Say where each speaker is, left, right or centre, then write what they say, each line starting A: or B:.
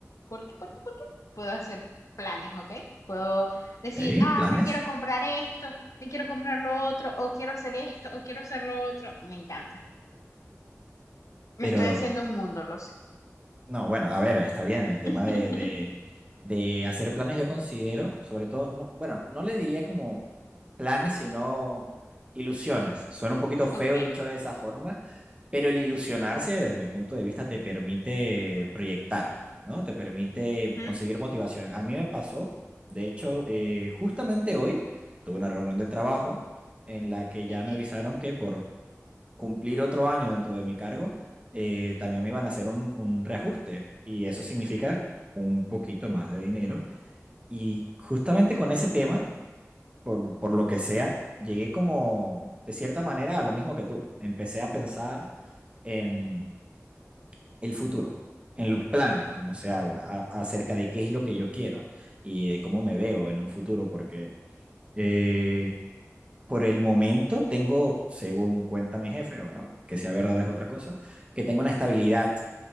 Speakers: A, on the left (about 75°); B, on the right (about 20°).
A: porque, porque, porque puedo hacer planes, ¿ok? Puedo decir,
B: Ok,
A: ah,
B: planes.
A: me quiero comprar esto, me quiero comprar lo otro, o quiero hacer esto, o quiero hacer lo otro. Me encanta. Me
B: Pero,
A: estoy haciendo un mundo, lo sé.
B: no, bueno, a ver, está bien. El tema
A: <laughs>
B: de, de, de hacer planes yo considero, sobre todo, no, bueno, no le diría como planes, sino ilusiones. Suena un poquito feo
A: Ok.
B: dicho de esa forma, Pero el ilusionarse, desde mi punto de vista, te permite proyectar, ¿no? Te permite
A: Mm,
B: conseguir motivación. A mí me pasó, de hecho, eh, justamente hoy tuve una reunión de trabajo en la que ya
A: Ey,
B: me avisaron que por cumplir otro año dentro de mi cargo, eh, también me iban a hacer un, un reajuste y eso significa un poquito más de dinero. Y justamente con ese tema, por, por lo que sea, llegué como, de cierta manera, a lo mismo que tú. Empecé a pensar en el futuro, en los planes, como se habla, a- acerca de qué es lo que yo quiero y de cómo me veo en un futuro, porque eh, por el momento tengo, según cuenta mi jefe, ahora, que sea verdad es otra cosa, que tengo una estabilidad,